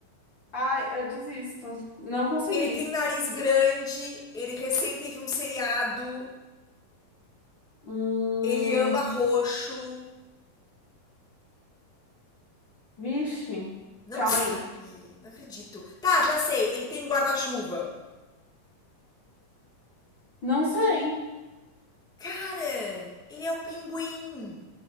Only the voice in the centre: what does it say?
Ele tem um nariz grande, ele recém teve um seriado,
ele ama roxo.
Não
sabe,
não acredito. Tá, já sei, ele tem guarda-chuva.
Cara, ele é o pinguim.